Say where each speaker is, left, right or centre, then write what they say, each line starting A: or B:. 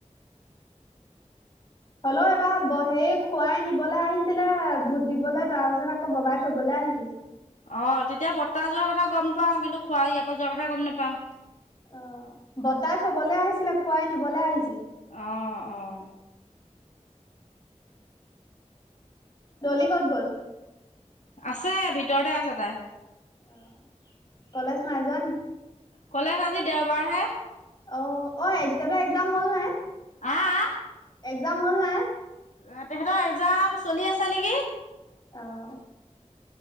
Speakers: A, on the left (about 35°); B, on the left (about 80°).
A: হ'লেও এইবাৰ ব হেৰি খুৰাই নিবলৈ আহিছিলে ভূত দিবলে, তাৰ পিছত আকৌ ববাই থবলৈ--! আহিছিল।
B: অ', তেতিয়া বত্তা যোৱাৰ কথা গম পাওঁ, কিন্তু খোৱা ইয়াৰ পৰা যোৱাৰ কথা গম নাপাওঁ।
A: অ', বত্তাই থ'বলৈ আহিছিলে, খুৰাই নিবলৈ আহিছিলে।
B: অ', অ'।
A: দলি ক'ত গ'ল?
B: আছে ভিতৰতে আছে তাই।
A: অ', কলেজ নাই যোৱা নি।
B: কলেজ আজি দেওবাৰ হে।
A: অ', অ', এ তহঁতৰ একজাম হ'ল নাই?
B: আহ আহ।
A: একজাম হ'ল নাই?
B: এহ তেখেতৰ একজাম চলি আছে নেকি।
A: অ',